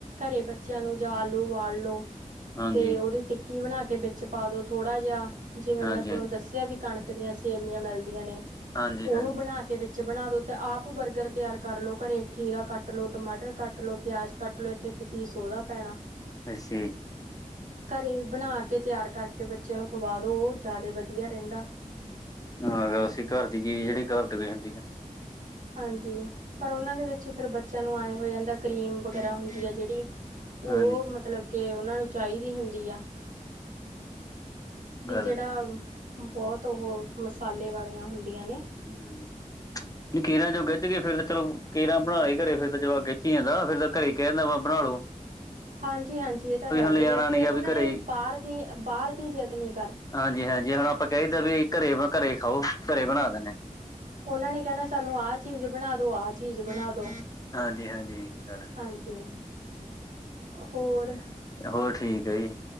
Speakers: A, on the right (about 70°); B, on the left (about 25°).
A: ਘਰੇ ਬੱਚਿਆਂ ਨੂੰ ਜਾ, ਆਲੂ ਉਬਾਲ ਲਓ।
B: ਹਾਂਜੀ
A: ਤੇ ਓਹਦੀ ਟਿੱਕੀ ਬਣਾ ਕੇ ਵਿੱਚ ਪਾ ਦੋ ਥੋੜਾ ਜਿਹਾ, ਜਿਵੇਂ
B: ਹਾਂਜੀ
A: ਮੈਂ ਤੁਹਾਨੂੰ
B: ਹਾਂਜੀ
A: ਦੱਸ ਇਥੇ ਵੀ ਕਣਕ ਦੀਆਂ ਸੇਵੀਆਂ ਮਿਲਦੀਆਂ ਨੇ
B: ਹਾਂਜੀ ਹਾਂਜੀ
A: ਓਨੂੰ ਬਣਾ ਕੇ ਵਿੱਚ ਬਣਾ ਦਉ ਅਤੇ ਆਪ ਬਰਗਰ ਤਿਆਰ ਕਰ ਲਓ ਘਰੇ, ਖੀਰਾ ਕੱਟ ਲਓ, ਟਮਾਟਰ ਕੱਟ ਲਓ, ਪਿਆਜ਼ ਕੱਟ ਲਓ ਇੱਕ-ਇੱਕ ਪੀਸ ਓਦਾ ਪੈਣਾ।
B: ਅੱਛਾ ਜੀ
A: ਘਰੇ ਬਣਾ ਕੇ ਤਿਆਰ ਕਰਕੇ, ਬੱਚਿ ਆਂ ਨੂੰ ਖਵਾ ਦਿਉ ਜ਼ਿਆਦਾ ਵਦੀਆ ਰਹਿੰਦਾ।
B: ਆ ਰੋਸੀਂ ਘਰ ਦੀ ਚੀਜ਼ ਜਿਹੜੀ ਘਰ <unintelligible> ਏ।
A: ਹਾਂਜੀ, ਪਰ ਓਨਾਂ ਦੇ ਵਿੱਚ ਫਿਰ ਬੱਚਿਆਂ ਨੂੰ ਆਏ ਹੋਏ ਜਾਂਦਾ ਕਰੀਮ ਵਗੈਰਾ ਹੁੰਦੀ ਏ ਜਿਹੜੀ
B: ਹਾਂਜੀ
A: ਓ ਮਤਲਬ ਕੇ ਓਨਾਂ ਨੂੰ ਚਾਈਦੀ ਹੁੰਦੀ ਆ। ਤੇ
B: ਗੱਲ
A: ਜਿਹੜਾ,
B: ਸਹੀ।
A: ਬੌਤ ਓਹ ਮਸਾਲੇ ਵਾਲੀਆਂ ਹੁੰਦੀਆਂ ਨੇ।
B: ਹੁੰ, ਹੁੰ। ਖੀਰਾਂ ਜੋ ਗਿੱਝ ਕੇ ਫਿਰ ਚਲੋ ਕੇੇਰਾ ਬਣਾ ਏ ਘਰੇ ਫਿਰ ਜਵਾਕ ਗੱਚਿਆਂ ਦਾ ਫਿਰ ਤਾਂ ਘਰੇ ਕਹਿਣਾ ਵਾ ਬਣਾ ਲਓ।
A: ਹਾਂਜੀ-ਹਾਂਜੀ ਇਹ ਤਾਂ ਹੈਗਾ
B: ਲਿਜਾਣਾ
A: ਈ ਆ,
B: ਨੀ
A: ਫਿਰ
B: ਗਾ
A: ਓਨ੍ਹਾ
B: ਵੀ ਘਰੇ
A: ਨੇ
B: ਹੀ
A: ਬਾਰ ਦੀ ਬਾਰ ਦੀ ਜਿਦ ਨੀ।
B: ਹਾਂਜੀ-ਹਾਂਜੀ ਹੁਣ ਆਪਾਂ ਕਈ ਦਾ ਵੀ ਘਰੇ-ਘਰੇ ਖਾਓ ਘਰੇ ਬਣਾ ਦੇਂਦੇ ਨੇ।
A: ਓਨਾਂ ਨੇ ਕਹਿਣਾ ਸਾਨੂੰ ਆਹ ਚੀਜ਼ ਬਣਾ ਦਓ ਆਹ ਚੀਜ਼ ਬਣਾ ਦਓ।
B: ਹਾਂਜੀ-ਹਾਂਜੀ ਗੱਲ ਸਹੀ
A: ਹਾਂਜੀ। ਹੋਰ।
B: ਹੋਰ ਠੀਕ ਏ ਜੀ।